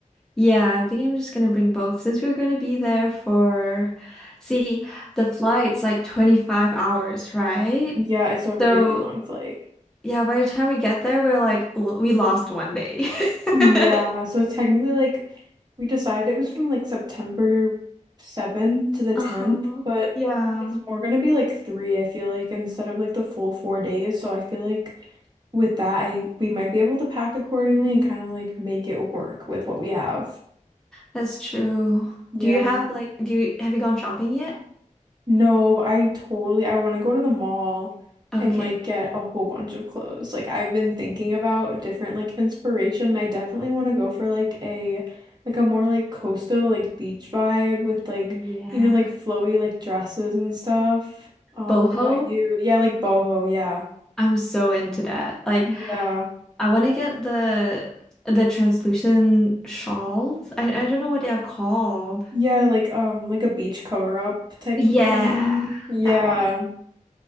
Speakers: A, in the centre; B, on the right.
A: Yeah, I think I'm just gonna bring both since we're gonna be there for, see, the flight's like 25 hours, right?
B: Yeah, it's a really
A: So
B: long flight.
A: Yeah, by the time we get there, we're like, "L- we lost one day. <laughs>
B: Yeah, so it's technically like we decided it was from like September 7th to the 10th,
A: Uh-huh.
B: but
A: Yeah,
B: it's more gonna be like three, I feel like, instead of like the full four days. So I feel like with that I we might be able to pack accordingly and kind of like make it work with what we have.
A: that's true.
B: Yeah.
A: Do you have like, do you have you gone shopping yet?
B: No, but I totally I want to go to the mall
A: Okay.
B: and like get a whole bunch of clothes. Like I've been thinking about different like inspiration. and I definitely want to go for like a like a more like coastal like beach vibe with like
A: Yeah.
B: you know like flowy like dresses and stuff. Um,
A: Boho,
B: what about you? Yeah, like boho, yeah.
A: I'm so into that. Like,
B: Yeah.
A: I want to get the the translucent shawls. I I don't know what they are called.
B: Yeah, like um like a beach cover up type
A: Yeah,
B: of thing. Yeah.
A: that one.